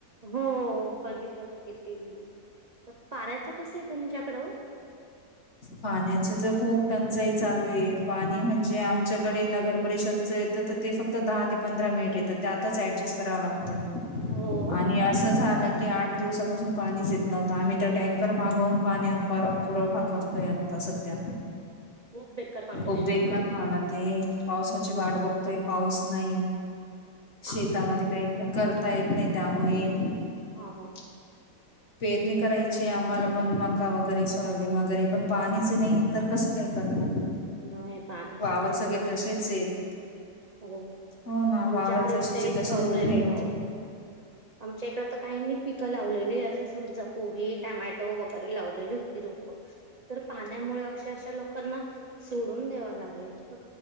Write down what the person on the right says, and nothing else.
हो बघितलं बघितली मी. पण पाण्यचं कसय तुमच्याकडं ओ?
हो
खूप बेकार कंडिशन
चालू
आहे.
हो
आमचं तर ते
हा हा
नाही पाणीच
नाहीये
खर.
हो.
आमच्याकडे
तेच
प्रॉब्लेमे
आहो. आमच्या इकड तर काहींनी पिकं लावलेली. असं समज कोबी, टमॅटो वगैरे लावलेली होती रोफ. तर पाण्यामुळे अक्षरशः लोकांना सोडून द्यावा लागलं. इत